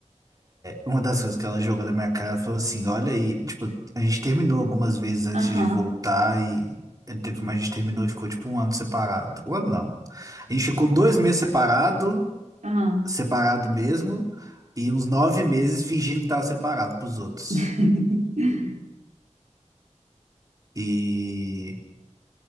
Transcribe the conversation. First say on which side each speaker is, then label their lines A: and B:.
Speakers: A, on the right (about 30°); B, on the right (about 70°).
A: Uma das coisas que ela jogou na minha cara, falou assim, olha aí, tipo, a gente terminou algumas vezes antes
B: aham,
A: de voltar e ele teve, mas a gente terminou e ficou tipo um ano separado. Um ano não. A gente ficou dois meses separado,
B: aham.
A: separado mesmo, e uns nove meses fingindo que tava separado pros outros.
B: <laughs>
A: E